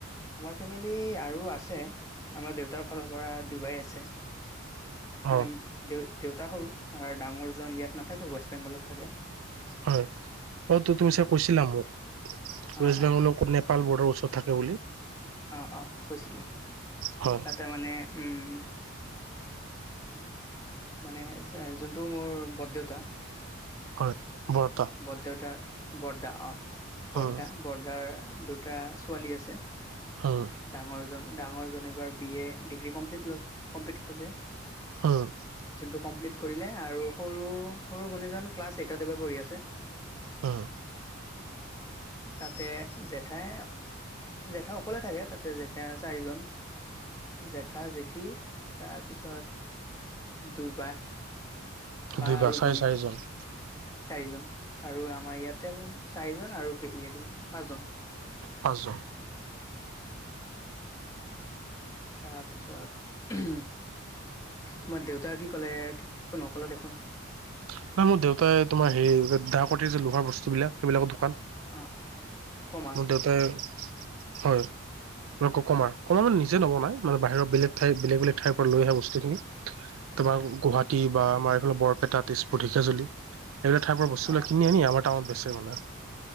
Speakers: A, on the left; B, on the right.
A: আমাৰ ফেমিলি আৰু আছে আমাৰ দেউতা <unintelligible> তাৰ ফালৰ পৰা ডুবাই আছে ।
B: অ'
A: মানে দে - দেউতা সৰু, আৰু ডাঙৰজন ইয়াত নাথাকে, ৱেষ্ট বেংগলত থাকে ।
B: হয়, অ তো তুমি চাগে কৈছিলা মোক,
A: অ',
B: ৱেষ্ট
A: অ',
B: বেংগলৰ নেপাল বৰ্ডাৰ ওচৰত । থাকে বুলি।
A: অ' অ' কৈছিলো।
B: হয়,
A: তাতে মানে উম মানে যোনটো মোৰ বৰ দেউতা
B: হয়। বৰতা
A: বৰদেউতা বৰ্দা অ'! বৰ্দা
B: উম,
A: বৰ্দাৰ দুটা ছোৱালী আছে।
B: উম,
A: ডাঙৰ জন ডাঙৰজন এবাৰ বি এ ডিগ্ৰী কম্প্লিত কৰিলে ।
B: উম,
A: যোনটো কমপ্লিত কৰিলে, আৰু সৰু, সৰু ভনীজন ক্লাছ এইটত এইবাৰ পঢ়ি আছে।
B: অ'!
A: তাতে জেঠাই, জেঠাই অকলে থাকে, তাতে জেঠাই চাৰিজন। জেঠা জেঠী তাৰপিছত দুয়ো বা।
B: দুই
A: আৰু
B: বা চাৰে
A: ভনী
B: চাৰিজন।
A: চাৰিজন আৰু আমাৰ ইয়াতে, চাৰিজন আৰু পেহী এইকেইজন, পাঁচজন ।
B: পাঁচজন?
A: তাৰপিছত, তোমাৰ দেউতাই কি ক'লে, একো নক'লে দেখোন?
B: ন মোৰ দেউতাই, ‌ তোমাৰ হেই, দা কটাৰি যে লোহাৰ বস্তু বিলাক, সেইবিলাকৰ দোকান
A: অ কমাৰ।
B: মোৰ দেউতাই হয় কমাৰ। কমাৰ মানে নিজে নবনাই, মানে বাহিৰৰ বেলেগ ঠাই, বেলেগ বেলেগ ঠাইৰ পৰা লৈ আহে বস্তুখিনি। তোমাৰ গুৱাহাটী বা আমাৰ এইফালে বৰপেটাত তেজপুৰ, ঢেঁকীয়াজুলি, এইবিলাক ঠাইৰ পৰা বস্তুবিলাক
A: অ
B: কিনি আনি আমাৰ টাউনত বেছে মানে।